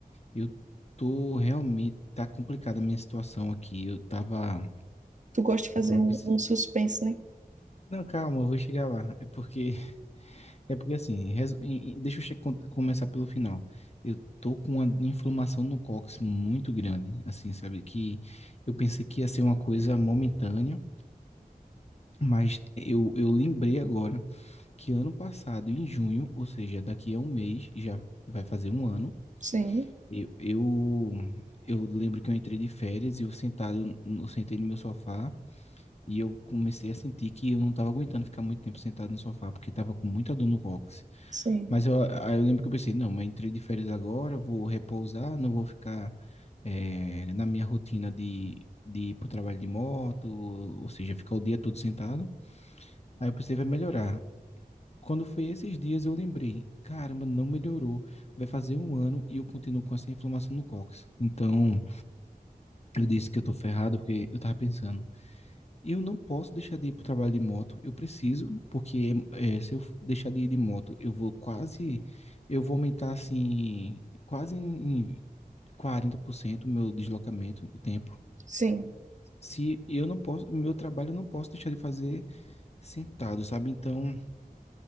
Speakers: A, on the left; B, on the right.
A: eu tô realmente, tá complicada a minha situação aqui. Eu tava,
B: tu gosta de fazer
A: eu tava,
B: um,
A: obs-
B: um suspense, né?
A: não, calma, eu vou chegar lá. É porque É porque assim, resu- em- em- deixa eu che- con- começar pelo final. Eu tô com uma inflamação no cóccix muito grande, assim, sabe? Que eu pensei que ia ser uma coisa momentânea, mas eu, eu lembrei agora que ano passado, em junho, ou seja, daqui a um mês, já vai fazer um ano,
B: Sim,
A: eu, eu, eu lembro que eu entrei de férias e eu sentado, no- eu sentei no meu sofá. E eu comecei a sentir que eu não estava aguentando ficar muito tempo sentado no sofá, porque estava com muita dor no cóccix.
B: sim,
A: Mas eu, aí eu lembro que eu pensei, não, mas entrei de férias agora, vou repousar, não vou ficar eh, na minha rotina de, de ir para o trabalho de moto, ou seja, ficar o dia todo sentado. Aí eu pensei, vai melhorar. Quando foi esses dias, eu lembrei, caramba, não melhorou. Vai fazer um ano e eu continuo com essa inflamação no cóccix. Então, eu disse que eu tô ferrado, porque eu tava pensando. Eu não posso deixar de ir para o trabalho de moto. Eu preciso, porque eh, se eu deixar de ir de moto, eu vou quase, eu vou aumentar assim, quase em em 40% o meu deslocamento, o tempo.
B: sim.
A: Se eu não posso, meu trabalho eu não posso deixar de fazer sentado, sabe? Então,